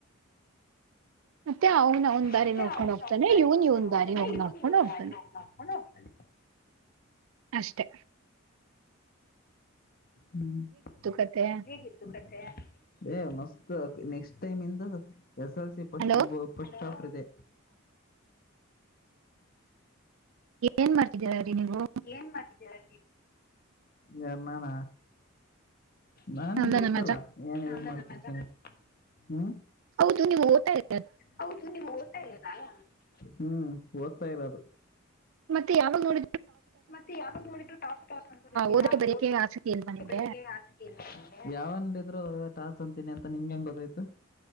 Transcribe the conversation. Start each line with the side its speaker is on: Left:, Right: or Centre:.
Right: ಮತ್ತೆ ಅವ್ನ್ ಅವ್ನ್ ದಾರಿ
Left: ಮತ್ತೆ
Right: ನೋಡ್ಕೊಂಡ್
Left: ಅವನು
Right: ಹೋಗ್ತಾನೆ
Left: ಅವನ್ ದಾರಿ
Right: ಇವ್ನ್
Left: ನಾಕೊಂಡು
Right: ಇವ್ನ್
Left: ಹೋಗ್ತಾನೆ
Right: ದಾರಿ ಹೋಗ್
Left: ಇವನ್
Right: ನೋಡ್ಕೊಂಡ್
Left: ಇವನ್
Right: ಹೋಗ್ತಾನೆ
Left: ದಾರಿ ಅವನ್ ಹಾಕೊಂಡು ಹೋಗ್ತಾನೆ
Right: ಅಷ್ಟೆ
Left: ಹ್ಮ್
Right: ಕತೆ
Left: ಹೇಗಿತ್ತು ಕಥೆ ಏ ಮಸ್ತ ನೆಕ್ಸ್ಟ್ ಟೈಮ ಎಂತ ಎಸಲ್ಸ ಪಶ್ಚಿಮ
Right: ಹಲೋ
Left: ಾಪದೆ
Right: ಏನ್ ಮಾಡ್ತಿದ್ದೀರಿ ನೀವು
Left: ಏನ್ ಮಾಡ್ಿದ್ದೇವೆ ಎರನ್ನಣ ನನ್
Right: ಅಲ್ಲ
Left: ಗೊತ್ತಲ್ಲಾ
Right: ನಮ್ಮ ಅಜ್ಜ
Left: ಏನ್ ಯ ಮಾಡ್ತಿದ್ದೇನೆ ಹ್ಮ
Right: ನ ಮಟ <inaudible>
Left: ಹೌದು ನಿಮ್ಗೆ ಓಟಾ ಇಲ್ಲದ ಹ್ಮ್ ಓದ್ತಾ ಇಲ್ಲ ಅದು
Right: ಮತ್ತೆ ಯಾವಾಗ ನೋಡ
Left: ಮತ್ತೆ ಯಾವಾಗ ನೋಡಿದ್ರು ಟಸ್ ಟಾಸ್ ಅಂತಕತೀರಾದ
Right: ಓದಕ್ಕೆ ಬರೆಯಕ್ಕೆ ಆಸಕ್ತಿ ಇಲ್ವಾ ನಿಮ್ಗೆ
Left: ಬ ಆಸತಿ ಇ ಟಾಸ್ ಅಂತೀನಿ ಅಂತ ನಿಂ ಹೆಂಗಗೆ ಗೊತ್ತಾಯ್ತು